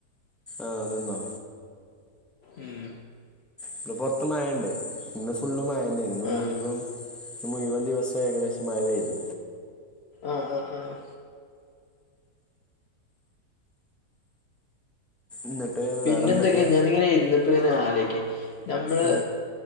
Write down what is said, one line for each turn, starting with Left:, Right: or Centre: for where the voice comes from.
Centre: ആഹ് നിന്നോ.
Left: ഉം
Centre: ഇന്ന് പുറത്ത് മഴണ്ട് ഇന്ന് ഫുള്ള് മഴന്നേണ് ഇന്ന്
Left: ആഹ്
Centre: മുയ്‌വം. ഇന്ന് മുഴുവൻ ദിവസവും ഏകദേശം മഴ പെയ്തു.
Left: ആഹ് ആഹ് ആഹ്.
Centre: എന്നിട്ട്
Left: പിന്നെ
Centre: വേറെ എന്തൊക്കെ
Left: എന്തൊക്കെയാ ഞാനിങ്ങനെ ഇരുന്നപ്പ ഇങ്ങനെ ആലോയ്ക്ക നമ്മള്.
Centre: ആ